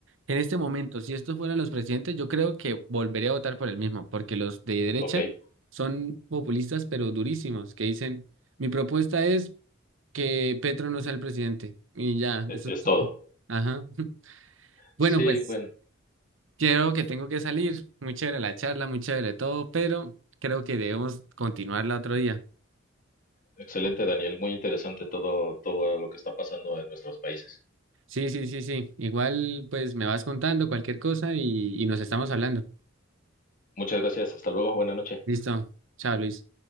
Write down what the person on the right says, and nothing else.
en este momento, si estos fueran los presidentes, yo creo que volvería a votar por el mismo, porque los de derecha
son populistas, pero durísimos, que dicen, mi propuesta es que Petro no sea el presidente. Y ya, eso
es
todo". Ajá. <laughs> Bueno,
pues.
Creo que tengo que salir. Muy chévere la charla, muy chévere todo, pero creo que debemos continuarla otro día.
Sí, sí, sí, sí. Igual, pues me vas contando cualquier cosa y, y nos estamos hablando.
Listo. Chao, Luis.